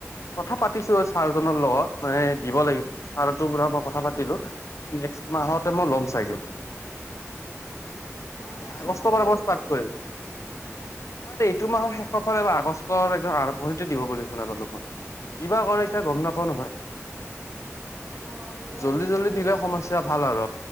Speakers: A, on the left (about 70°); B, on the right (about 85°).
A: কথা পাতিছো। ছাৰজনৰ লগত মানে দিব লাগিব। ছাৰটোৰ পৰা মই কথা পাতিলো। এই নেক্সট মাহতে মই ল'ম চাগে।
B: অ তোমালোকৰ
A: আগষ্টৰ পৰা মই
B: ৰিজাল্ট
A: ষ্টাৰ্ট
B: কেতিয়া
A: কৰিম।
B: দিব
A: পিছে এইটো মাহৰ শেষৰ ফালে বা আগষ্টৰ একদম আৰম্ভণিতে দিব বুলি শুনা পালো মই। কিবা কৰে এতিয়া গম নাপাও নহয়।
B: অ কেতিয়াবা
A: জল্দি
B: বিচাৰি
A: জল্দি দিলে
B: দিয়ে ন
A: সমস্যা ভাল আৰু